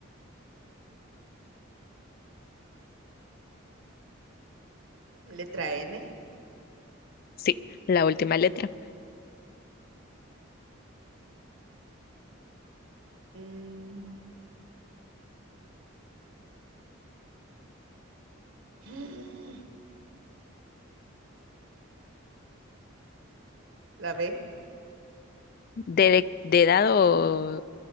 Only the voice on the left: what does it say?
Sí, la última letra.
¿De, de, de dado